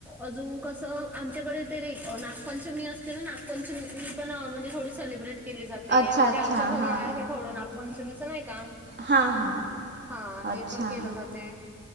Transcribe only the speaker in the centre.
अजून कसं आमच्याकडे. तेे नागपंचमी असतील ना, नागपंचमी पण म्हणजे थोडी सेलिब्रेट. केली जाते
म्हणजे,
आमच्या घरी
आहे थोडं नागपंचमीचं नाही का.
हा
ते पण केलं जाते.